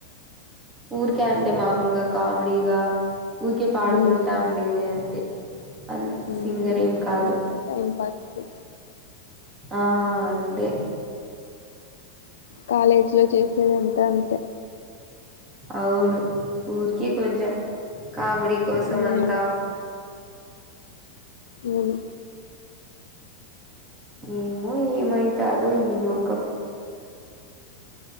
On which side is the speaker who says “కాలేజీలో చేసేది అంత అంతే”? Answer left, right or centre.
Left